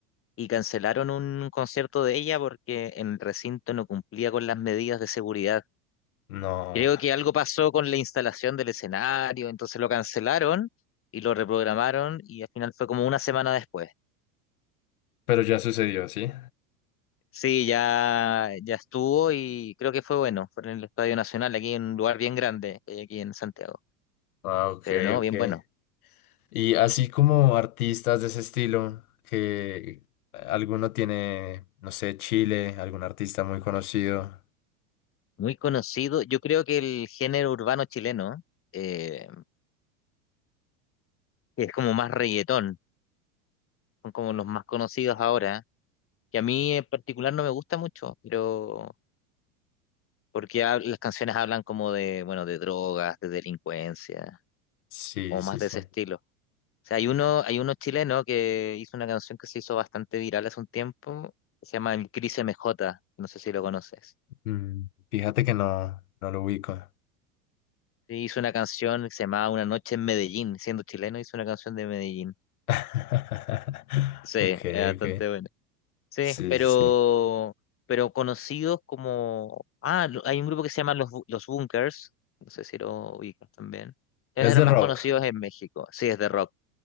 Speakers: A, on the left (about 30°); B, on the left (about 80°).
A: y cancelaron un concierto de ella porque el recinto no cumplía con las medidas de seguridad.
B: No,
A: Creo que algo pasó con la instalación del escenario, entonces lo cancelaron y lo reprogramaron y al final fue como una semana después.
B: pero ya sucedió, ¿sí?
A: Sí, ya, ya estuvo y creo que fue bueno. Fue en el Estadio Nacional, aquí en un lugar bien grande, que hay aquí en Santiago.
B: Ah, ok,
A: Pero no,
B: ok.
A: bien bueno.
B: Y así como artistas de ese estilo, que alguno tiene, no sé, Chile, algún artista muy conocido.
A: Muy conocido. Yo creo que el género urbano chileno, eh, es como más reggaetón, son como los más conocidos ahora que a mí en particular no me gusta mucho, pero porque hab- las canciones hablan como de, bueno, de drogas, de delincuencia,
B: Sí,
A: o
B: sí,
A: más de
B: sí.
A: ese estilo. O sea, hay
B: Ok.
A: uno, hay uno chileno que hizo una canción que se hizo bastante viral hace un tiempo, que se llama El Cris MJ, no sé si lo conoces.
B: Mm, Fíjate que no, no lo ubico.
A: Sí, hizo una canción que se llamaba Una noche en Medellín, siendo chileno hizo una canción de Medellín.
B: <laughs>
A: Sí,
B: Ok,
A: es bastante
B: ok.
A: buena Sí,
B: Sí,
A: pero,
B: sí. sí.
A: pero conocidos como... Ah, lo- hay un grupo que se llama Los, Bu- Los Bunkers, no sé si lo ubicas también. Ellos
B: Los
A: eran
B: de
A: más
B: rock,
A: conocidos en México, sí, es de rock.